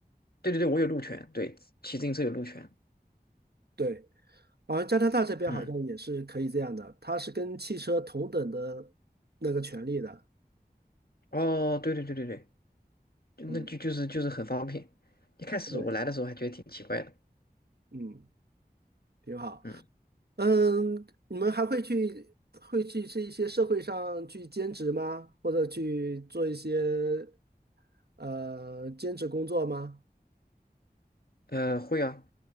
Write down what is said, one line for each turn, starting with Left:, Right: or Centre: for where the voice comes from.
Left: 对对对，我有路权，对，骑自行车有路权。
Right: 对。而加拿大这边好像也是可以这样的，
Left: 嗯，
Right: 它是跟汽车同等的那个权利的。
Left: 哦，对对对对对，就那就就是就是很方便。
Right: 嗯，
Left: 一开始我来的时候还觉得挺奇怪的，
Right: 对，嗯，挺好。
Left: 嗯，
Right: 嗯，你们还会去会去这一些社会上去兼职吗？或者去做一些呃兼职工作吗？
Left: 呃，会啊，